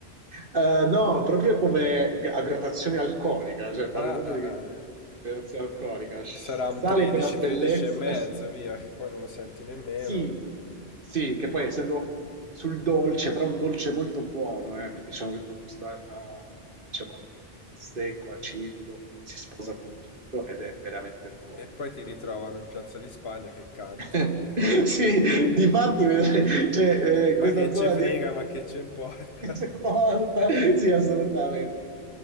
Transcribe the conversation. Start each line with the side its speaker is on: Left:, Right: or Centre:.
Right: Eh, no, proprio
Left: No,
Right: come
Left: no, no.
Right: g- a gradazione alcolica, cioè
Left: Ah,
Right: parlo proprio
Left: ah,
Right: di
Left: ah.
Right: gradazione alcolica. Sale
Left: Sarà un 13,
Right: che è una bellezza,
Left: 13 e mezzo,
Right: <laughs>
Left: via, che poi non lo senti nemmeno.
Right: sì, sì,
Left: <laughs>
Right: che poi essendo sul dolce, però un dolce molto buono, eh, perché c'è un retrogusto, a- a- diciamo, anche un po' secco, acidulo, si sposa con tutto ed è veramente buono.
Left: E poi ti
Right: Però
Left: ritrovano in Piazza di Spagna che canti.
Right: <laughs>
Left: <laughs>
Right: Sì, difatti vedrai, cioè, eh,
Left: Ma
Right: questa
Left: che
Right: zona
Left: ce frega,
Right: di... <laughs>
Left: ma che ce importa.
Right: si
Left: <laughs>
Right: è morta. Sì, assolutamente.